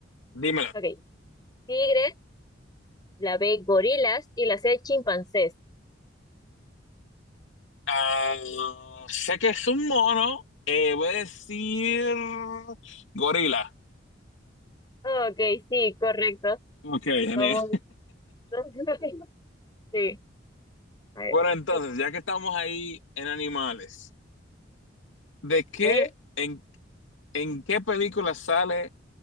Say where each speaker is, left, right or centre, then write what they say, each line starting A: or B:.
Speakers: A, on the left (about 90°); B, on the left (about 20°).
A: dímelo.
B: Ok. Tigres, la B, gorilas y la C, chimpancés.
A: Ah, sé que es un mono. eh, voy a decir gorila.
B: Ok, sí, correcto.
A: Ok, genial.
B: Vamos. <laughs> Sí. A ver.
A: Bueno, entonces,
B: ¿qué toca?
A: ya que estamos ahí en animales, ¿de qué,
B: A ver.
A: en, en qué película sale